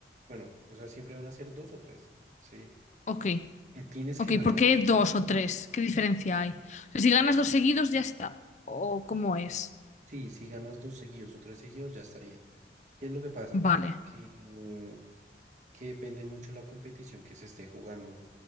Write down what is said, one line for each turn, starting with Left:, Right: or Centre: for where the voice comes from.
Right: bueno, o sea, siempre van a ser dos o tres, ¿sí?
Left: Ok,
Right: Que Tienes
Left: ok.
Right: que ganar,
Left: ¿Por qué dos o tres? ¿Qué diferencia hay? O sea, si ganas dos seguidos, ya está. ¿O cómo es?
Right: sí, si ganas dos seguidos o tres seguidos ya estaría. ¿Qué es lo que pasa?
Left: Vale.
Right: Que, que depende mucho la competición que se esté jugando.